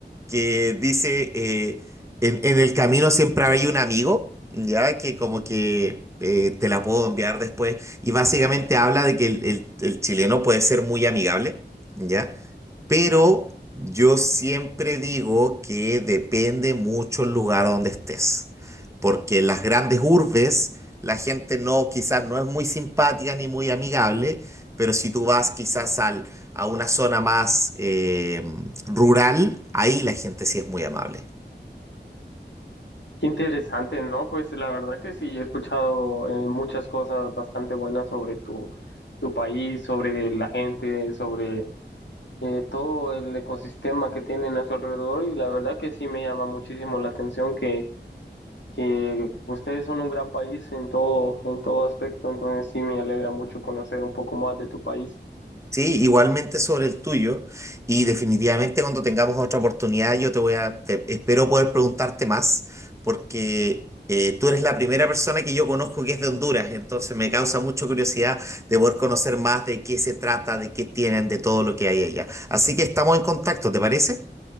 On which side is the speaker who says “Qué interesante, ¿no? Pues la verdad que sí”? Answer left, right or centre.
Left